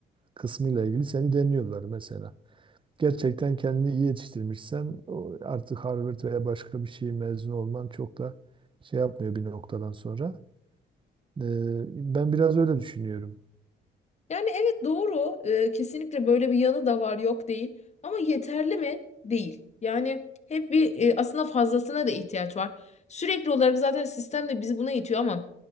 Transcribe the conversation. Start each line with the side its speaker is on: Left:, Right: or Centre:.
Right: kısmıyla ilgili seni deniyorlar mesela. Gerçekten kendini iyi yetiştirmişsen o artık Harvard veya başka bir şey mezun olman çok da şey yapmıyor bir noktadan sonra. E, ben biraz öyle düşünüyorum.
Left: Yani evet doğru. Ee, kesinlikle böyle bir yanı da var, yok değil. Ama yeterli mi? Değil. Yani hep bir e, aslında fazlasına da ihtiyaç var. Sürekli olarak zaten sistem de bizi buna itiyor ama